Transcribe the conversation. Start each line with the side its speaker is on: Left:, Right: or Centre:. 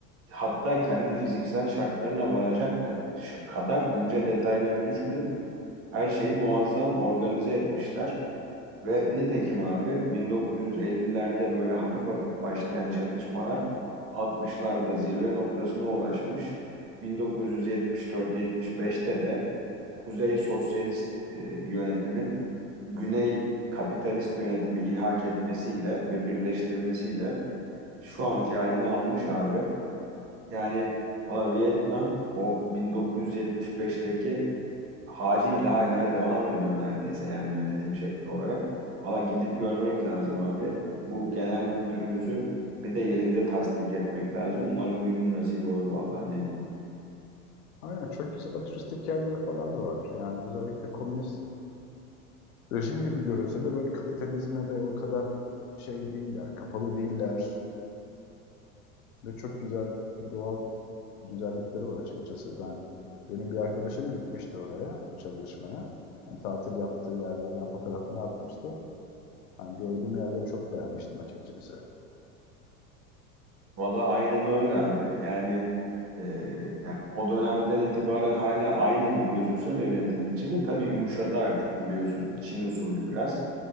Right: hatta kendi fiziksel şartlarına varacak ka- ş- kadar ince detayları düşünüp her şeyi muazzam organize etmişler. Ve nitekim abi 1950'lerde böyle hafif hafif başlayan çatışmalar 60'larda zirve noktasına ulaşmış. 1974-75'te de Kuzey Sosyalist e, yönetimin Güney Kapitalist yönetimi ilhak etmesiyle ve birleştirmesiyle şu anki halini almış abi. Yani valla Vietnam o 1975'teki haliyle hala devam ediyor neredeyse yani yönetim şekli olarak. Valla gidip görmek lazım abi. Bu genel kültürümüzü bir de yerinde tasdik etmek lazım. Umarım bir gün nasip olur valla ne diyeyim.
Left: Aynen çok güzel turistik yerleri falan da var. Yani özellikle komünist rejim gibi görülse de böyle kapitalizme de o kadar şey değiller, kapalı değiller ve çok güzel doğal güzellikleri var açıkçası. Ben benim bir arkadaşım gitmişti oraya çalışmaya. Yani tatil yaptığı yerlerden fotoğrafını atmıştı. Yani gördüğüm yerde çok beğenmiştim açıkçası.
Right: Valla aynen öyle abi. Yani, e, yani o dönemden itibaren hala aynı gibi gözükse de yönetim biçimi tabii yumuşadı artık biliyorsun. Çin usulü biraz.